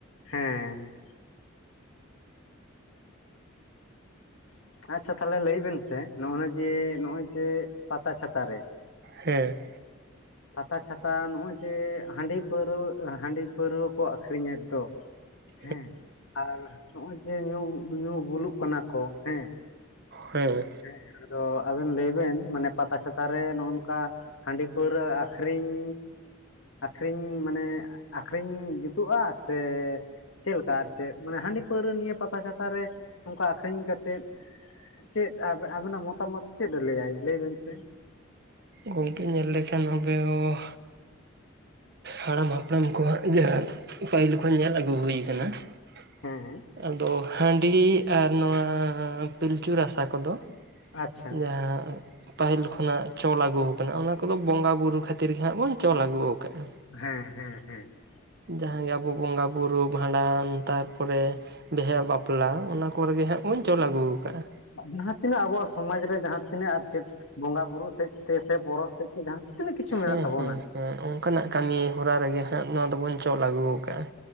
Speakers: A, on the left; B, on the right.
A: ᱦᱮᱸ᱾ ᱟᱪᱪᱷᱟ ᱛᱟᱦᱚᱞᱮ ᱞᱟᱹᱭ ᱵᱮᱱ ᱥᱮ ᱱᱚᱜᱼᱚ ᱱᱟ ᱡᱮ ᱱᱚᱜᱼᱚᱭ ᱡᱮ ᱯᱟᱛᱟ ᱪᱷᱟᱛᱟ ᱨᱮ
B: ᱦᱮᱸ ᱾
A: ᱯᱟᱛᱟ ᱪᱷᱟᱛᱟ ᱱᱚᱜᱼᱚᱭ ᱡᱮ ᱦᱟᱺᱰᱤ ᱯᱟᱹᱨᱣᱟᱹᱜ ᱦᱟᱺᱰᱤ ᱯᱟᱹᱨᱣᱟᱹ ᱠᱚ ᱟᱹᱠᱷᱨᱤᱧᱮᱫ ᱫᱚ,
B: <unintelligible>
A: ᱦᱮᱸ, ᱟᱨ ᱱᱚᱜᱼᱚᱭ ᱡᱮ ᱧᱩ ᱧᱩ ᱵᱩᱞᱩᱜ ᱠᱟᱱᱟ ᱠᱚ ᱦᱮᱸ᱾
B: ᱦᱮᱸ ᱾
A: ᱦᱮᱸ ᱟᱫᱚ ᱟᱵᱮᱱ ᱞᱟᱹᱭ ᱵᱮᱱ ᱢᱟᱱᱮ ᱯᱟᱛᱟ ᱪᱷᱟᱛᱟ ᱨᱮ ᱱᱚᱜᱼᱚᱱᱠᱟ ᱦᱟᱺᱰᱤ ᱯᱟᱹᱣᱨᱟᱹ ᱟᱠᱷᱨᱤᱧᱻ ᱟᱠᱷᱨᱤᱧ ᱢᱟᱱᱮ ᱟᱠᱷᱨᱤᱧ ᱡᱩᱛᱩᱜᱼᱟ ᱥᱮ ᱪᱮᱫ ᱞᱮᱠᱟ ᱟᱨ ᱪᱮᱫ ᱢᱟᱱᱮ ᱦᱟᱺᱰᱤ ᱯᱟᱹᱣᱨᱟᱹ ᱱᱤᱭᱟᱹ ᱯᱟᱛᱟ ᱪᱷᱟᱛᱟ ᱨᱮ ᱚᱱᱠᱟ ᱟᱠᱷᱨᱤᱧ ᱠᱟᱛᱮᱫ ᱪᱮᱫ ᱟᱵᱮ ᱟᱵᱮᱱᱟᱜ ᱢᱚᱛᱟᱢᱚᱛ ᱪᱮᱫ ᱮ ᱞᱟᱹᱭᱟᱭ ᱞᱟᱹᱭᱵᱮᱱ ᱥᱮ?
B: ᱜᱚᱝᱠᱮ ᱧᱮᱞ ᱞᱮᱠᱷᱟᱱ ᱟᱯᱮ ᱦᱚᱸ ᱦᱟᱲᱟᱢ ᱦᱟᱯᱲᱟᱢ ᱠᱚᱣᱟᱜ ᱡᱟᱦᱟᱸ ᱯᱟᱹᱦᱤᱞ ᱠᱷᱚᱱ ᱧᱮᱞ ᱟᱹᱜᱩ ᱦᱩᱭ ᱠᱟᱱᱟ ᱾
A: ᱦᱮᱸ
B: ᱟᱫᱚ ᱦᱟᱺᱰᱤ ᱟᱨ ᱱᱚᱣᱟ ᱯᱤᱞᱪᱩ ᱨᱟᱥᱟ ᱠᱚ ᱫᱚ
A: ᱟᱪᱪᱷᱟ
B: ᱡᱟᱦᱟᱸ ᱯᱟᱹᱦᱤᱞ ᱠᱷᱚᱱᱟᱜ ᱪᱚᱞ ᱟᱹᱜᱩᱣ ᱠᱟᱱᱟ ᱚᱱᱟ ᱠᱚᱫᱚ ᱵᱚᱸᱜᱟ ᱵᱩᱨᱩ ᱠᱷᱟᱹᱛᱤᱨ ᱜᱮ ᱦᱟᱸᱜ ᱵᱚᱱ ᱪᱚᱞ ᱟᱹᱜᱩᱣ ᱠᱟᱜᱼᱟ᱾
A: ᱦᱮᱸ ᱦᱮᱸ ᱦᱮᱸ ᱾
B: ᱡᱟᱦᱟᱸᱜᱮ ᱟᱵᱚ ᱵᱚᱸᱜᱟ ᱵᱩᱨᱩ ᱵᱷᱟᱸᱰᱟᱱ ᱛᱟᱨᱯᱚᱨᱮ ᱵᱤᱦᱟᱹ ᱵᱟᱯ ᱯᱞᱟ ᱚᱱᱟ ᱠᱚᱨᱮ ᱜᱮ ᱦᱟᱸᱜ ᱵᱚᱱ ᱪᱚᱞ ᱟᱹᱜᱩᱣ ᱠᱟᱜᱼᱟ᱾
A: ᱡᱟᱦᱟᱸ ᱛᱤᱱᱟᱹᱜ ᱟᱵᱚᱣᱟᱜ ᱥᱚᱢᱟᱡᱽ ᱨᱮ ᱡᱟᱦᱟᱸ ᱛᱤᱱᱟᱹᱜ ᱟᱨ ᱪᱮᱫ ᱵᱚᱸᱜᱟ ᱵᱩᱨᱩ ᱥᱮᱫ ᱛᱮ ᱥᱮ ᱯᱚᱨᱚᱵᱽ ᱥᱮᱫ ᱛᱮ ᱡᱟᱦᱟᱸ ᱛᱤᱱᱟᱹᱜ ᱠᱤᱪᱷᱩ ᱢᱮᱱᱟᱜ
B: ᱦᱮᱸ
A: ᱛᱟᱵᱚᱱᱟ,
B: ᱦᱮᱸ ᱦᱮᱸ ᱚᱱᱠᱟᱱᱟᱜ ᱠᱟᱹᱢᱤ ᱦᱚᱨᱟ ᱨᱮᱜᱮ ᱦᱟᱸᱜ ᱱᱚᱣᱟ ᱫᱚᱵᱚᱱ ᱪᱚᱞ ᱟᱹᱜᱩᱣ ᱠᱟᱜᱼᱟ᱾